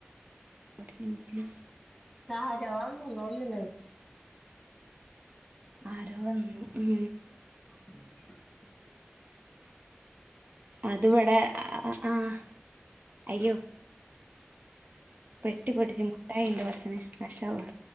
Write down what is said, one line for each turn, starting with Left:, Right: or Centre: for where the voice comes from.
Right: ഒരു മിൻറ്റ്
Centre: ആരോ വന്നു തോന്ന്ണ്ട്
Right: ആരോ വന്നു ഉം
Centre: <inaudible>
Right: അത് വടെ ആഹ് അയ്യോ പെട്ടി പൊടിച്ച് മുട്ടായിണ്ട് പച്ച മാഷാ അള്ളാ